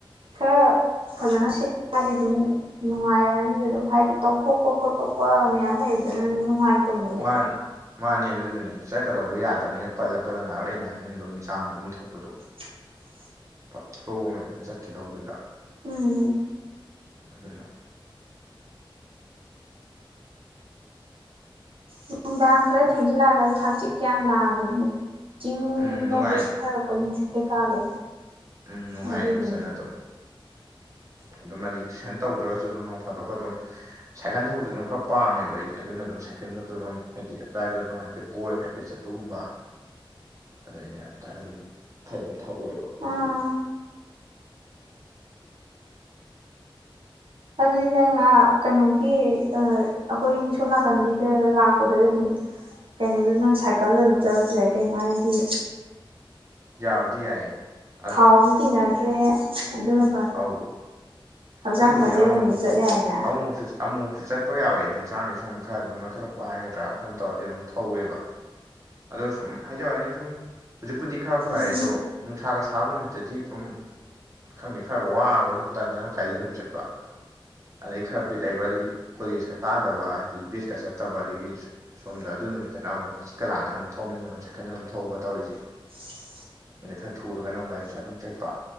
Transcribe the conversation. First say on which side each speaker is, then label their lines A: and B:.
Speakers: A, on the right; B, on the right.
A: ꯈꯔ ꯐꯖꯅ ꯁꯦꯝꯃꯛꯑꯗꯤ ꯑꯗꯨꯝ ꯅꯨꯡꯉꯥꯏꯔꯛꯑꯅꯤ ꯑꯗꯨꯝ ꯍꯥꯏꯗꯤ ꯇꯧꯊꯣꯛꯄ ꯈꯣꯠꯇꯣꯛꯄ ꯄ ꯃꯌꯥꯝ ꯂꯩꯕꯗꯨꯅꯅꯤ ꯅꯨꯡꯉꯥꯏꯇꯕꯅꯦꯕ
B: ꯃꯥꯅꯦ ꯃꯥꯅꯦ ꯑꯗꯨꯗꯨꯅꯤ ꯆꯠꯀꯗꯧꯗꯣ ꯌꯥꯗꯕꯅꯤꯅ ꯄꯜꯂ ꯄꯜꯂꯒ ꯉꯥꯏꯍꯥꯛ ꯂꯩꯅꯕꯅꯤꯅ ꯑꯗꯨꯝ ꯖꯥꯝ ꯑꯗꯨꯝ ꯊꯣꯛꯄꯗꯣ
A: <inaudible>
B: ꯄ ꯐ꯭ꯂꯣ ꯑꯃꯗ ꯆꯠꯈꯤꯗꯧꯗꯨꯗ
A: ꯎꯝ
B: ꯑꯗꯨꯅ
A: ꯅꯨꯡꯗꯥꯡ ꯈꯔ ꯊꯦꯡꯖꯤꯜꯂꯛꯑꯒꯗꯤ ꯍꯛꯆꯤꯠ ꯀꯥ ꯌꯥꯝ ꯂꯥꯡꯕꯅꯦ ꯆꯤꯡ
B: ꯎꯝ
A: ꯂꯣꯝꯗꯒꯤ
B: ꯅꯨꯡꯉꯥꯏ
A: ꯁꯤꯠꯊꯔꯛꯄ ꯅꯨꯡꯁꯤꯠ ꯀꯩꯀꯥꯗꯣ
B: ꯎꯝ ꯅꯨꯡꯉꯥꯏꯌꯦ
A: ꯑꯗꯨꯗꯨꯅ
B: ꯐꯖꯅ ꯑꯗꯨꯝ
A: <inaudible>
B: ꯑꯗꯨꯝ ꯑꯗꯒꯤ ꯇꯨꯏꯁꯟ ꯇꯧꯗ꯭ꯔꯒꯁꯨ ꯑꯗꯨꯝ ꯅꯣꯡ ꯐꯥꯗꯣꯛꯀ ꯑꯗꯨꯝ ꯁꯥꯏꯀꯜ ꯊꯧꯕꯁꯨ ꯑꯗꯨꯝ ꯈꯔ ꯄꯥꯝꯃꯦꯕ ꯑꯩꯁꯦ ꯑꯗꯨꯅ ꯑꯗꯨꯝ ꯁꯥꯏꯀꯜꯒꯗ ꯑꯗꯨꯝ ꯍꯥꯏꯗꯤ ꯑꯗꯨꯗꯥꯏꯗ ꯑꯗꯨꯝ ꯍꯥꯏꯐꯦꯠ ꯀꯣꯏꯔꯒ ꯍꯥꯏꯐꯦꯠ ꯆꯠꯄꯒꯨꯝꯕ ꯑꯗꯨꯗ ꯑꯩꯅ ꯑꯗꯨꯃꯥꯏꯅ ꯑꯗꯨꯝ ꯈꯔ ꯑꯗꯨꯝ ꯊꯧꯋꯦꯕ ꯑꯗꯒꯤ
A: ꯑꯥ ꯑꯗꯨꯗꯤ ꯅꯪꯉꯍ ꯀꯩꯅꯣꯒꯤ ꯑꯩꯈꯣꯏꯒꯤ ꯁꯣꯝ ꯅꯥꯀꯟꯒꯤꯗ ꯂꯥꯛꯄꯗ ꯑꯗꯨꯝ ꯀꯩꯅꯣꯗ ꯅꯪ ꯁꯥꯏꯀꯜꯗ ꯑꯗꯨꯝ ꯆꯠꯂꯁꯨ ꯌꯥꯏ ꯀꯩꯅꯣ ꯍꯥꯏꯗꯤ
B: ꯌꯥꯕꯨꯗꯤ ꯌꯥꯏꯌꯦ ꯑꯗ
A: ꯊꯥꯎꯁꯨ ꯇꯤꯡꯅꯗ꯭ꯔꯦ ꯑꯗꯨꯅ ꯐꯔꯦ
B: ꯑꯧ
A: ꯍꯛꯆꯥꯡ
B: ꯑꯗꯨꯕꯨꯗꯤ
A: ꯁꯥꯖꯦꯜ
B: ꯑꯃꯨꯛ
A: ꯑꯣꯏꯅꯁꯨ
B: ꯃꯨꯛ
A: ꯆꯠ ꯌꯥꯏꯅ
B: ꯑꯃꯨꯃꯛꯁꯨ ꯑꯃꯨꯃꯛꯁꯨ ꯆꯠꯄ ꯌꯥꯎꯋꯦꯗꯤ ꯍꯛꯆꯥꯡꯁꯦ ꯁꯨꯝ ꯈꯔ ꯑꯗꯨꯝ ꯅꯣꯏꯈꯠꯂꯛꯄ ꯍꯥꯏꯒꯗ꯭ꯔꯥ ꯀꯩꯅꯣꯝ ꯇꯧꯔꯗꯤ ꯑꯗꯨꯝ ꯊꯧꯋꯦꯕ ꯑꯗꯣ ꯁꯨꯝ ꯍꯥꯏꯖꯕ ꯋꯥꯅꯤ ꯁꯨꯝ ꯍꯧꯖꯤꯛꯄꯨꯗꯤ ꯈꯔ ꯐꯔꯦ
A: ꯎꯝ
B: ꯑꯗꯣ ꯅꯨꯡꯁꯥꯒ ꯁꯥꯕ ꯅꯨꯃꯤꯠꯇꯗꯤ ꯑꯗꯨꯝ ꯈꯪꯗꯦ ꯈꯔꯒ ꯋꯥꯕꯒ ꯑꯗꯨꯝ ꯇꯟꯅꯗꯅ ꯒꯔꯤꯗ ꯑꯗꯨꯝ ꯆꯠ ꯑꯗꯗꯒꯤ ꯈꯔ ꯕꯤꯠ ꯂꯩꯕ ꯑꯗꯒꯤ ꯀꯣꯂꯦꯖꯀ ꯀꯥꯗꯕ ꯍꯥꯏꯗꯤ ꯕꯦꯠꯀ ꯆꯠꯇꯕ ꯑꯗꯒꯤ ꯁꯣꯝꯗ ꯑꯗꯨ ꯅꯨꯃꯤꯠ ꯀꯅ ꯑꯃꯨꯛ ꯍꯥꯡꯆꯤꯛꯀ ꯂꯥꯡꯉꯒ ꯑꯗꯨꯝ ꯊꯧꯅꯤꯡꯕꯅꯦ ꯁꯥꯏꯀꯜ ꯑꯃ ꯊꯧꯕ ꯇꯧꯔꯤꯖꯦ
A: <inaudible>
B: ꯑꯩꯅ ꯈꯔ ꯊꯨꯔꯒꯅ ꯑꯃꯨꯛ ꯒꯥꯔꯤ ꯃꯆꯥꯗ ꯑꯃꯨꯛ ꯆꯠꯄ